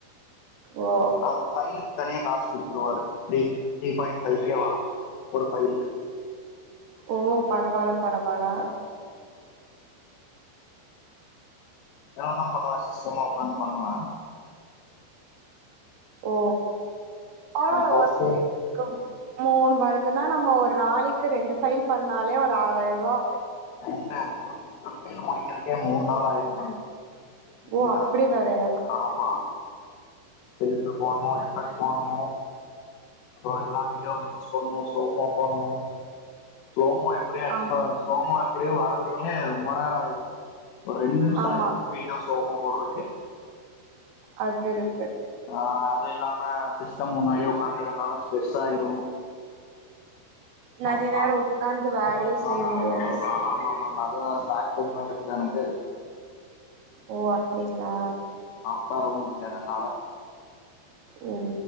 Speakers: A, on the right; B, on the left.
A: ஓ
B: ஆ ஃபைலுக்கு தனியா காசு குடுத்துருவாரு ப்ரீ த்ரி பாயிண்ட் ஃபைகே வரும் ஒரு ஃபைலுக்கு
A: ஓ பரவால்ல பரவாலா
B: தியானோதா பண்ணுவ சிஸ்டம்ல உக்காந்து பண்ணுவ
A: ஓ பரவால்ல
B: போஸ்ட்
A: ஒர் கும் அ மூணு வருத் இதுன்னா நம்ம ஒரு நாளைக்கு ரெண்டு ஃபைல் பண்ணாலே ஒரு ஆறாயிரம் ரூபா
B: <unintelligible> முடிக்கிறக்கே மூணு நாள் ஆயிரும் ஆ நீங்க
A: ஓ
B: வேறோ
A: அப்டி வேறயா
B: ஆமா ஃபில்ட்ரு போட்னும் எஃபெர்ட் போட்னும் அப்புறம் எல்லா வீடியோவும் மெர்ஜ் பண்ணோஸ் ஸ்லோமோ போட்ணு ஸ்லோமோ எப்புடியா எக்ஸ்பஸ்
A: ஆம்
B: ஸ்லோமோ எப் ப்புடியே வரதுக்கேய ரொம்ப நேரம் ஆயிரும் ஒரு ரெண்டு நிமிஷம்
A: ஆமா
B: ஆயிரும் ஒரு வீடியோ ஸ்லோமோ போட்ரக்கே
A: அது இருக்கு
B: ஆ தூ இல்லாம சிஸ்டம் முன்னாடியே உக்கான்றதுனால ஸ்ட்ரெஸ் ஆயிடும்
A: நெறைய
B: ஆமா
A: நேரோ உக்காந்து வேலையு
B: <unintelligible>
A: செய்ய
B: ஆ
A: முடியாது
B: ஆமா அண்ட் அது வேற பேக் பேயினா இருக்குது எனக்கு
A: ஓ அப்டிங்களா
B: உக்காரவும் முடியாது என்னால
A: ஓ